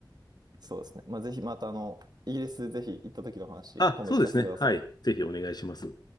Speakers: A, on the right; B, on the left.
A: そうですね。まあ、ぜひまたあの、イギリスぜひ行った時の話、
B: あ、
A: 今度聞かせてください。
B: そうですね。はい。ぜひお願いします。